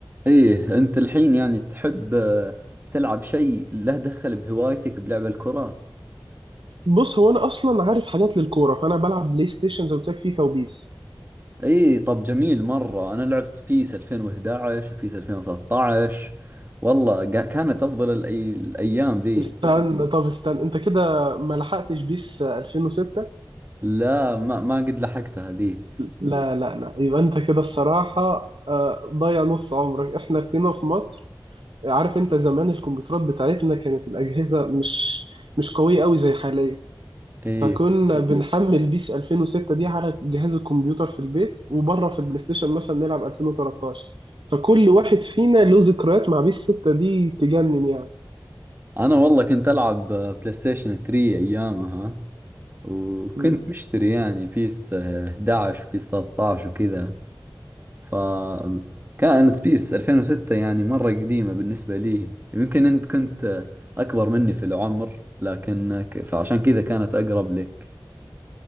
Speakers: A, on the right (about 25°); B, on the right (about 80°).
A: إيه أنت الحين يعني تحب آه، تلعب شيء له دخل بهوايتك بلعب الكرة؟
B: بص هو انا اصلا عارف حاجات للكوره فانا بلعب بلاي ستيشن زي ما قلت لك فيفا وبيس
A: إيه طب جميل مرة أنا لعبت بيس 2011 وبيس 2013 والله قا- كانت أفضل الأي- الأيام ذيك
B: استنى طب استنى انت كده ما لحقتش بيس 2006
A: لا ما, ما قد لحقتها ذي
B: لا لا لا يبقى انت كده الصراحة آه، ضيع نص عمرك احنا كنا في مصر عارف انت زمان الكمبيوترات بتاعتنا كانت الأجهزة مش مش قوية قوي زي حاليا
A: إيه
B: فكنا مظبوط بنحمل بيس 2006 دي على جهاز الكمبيوتر في البيت وبره في البلاي ستيشن مثلا نلعب 2013 فكل واحد فينا له ذكريات مع بيس 6 دي تجنن
A: أنا والله كنت ألعب آه، بلاي ستيشن 3 أيامها وكنت
B: يعني
A: مشتري يعني بيس 11 وبيس 13 وكذا فكانت بيس 2006 يعني مرة قديمة بالنسبة لي يمكن أنت كنت آه، أكبر مني في العمر لكن آه، ك- فعشان كذا كانت أقرب لك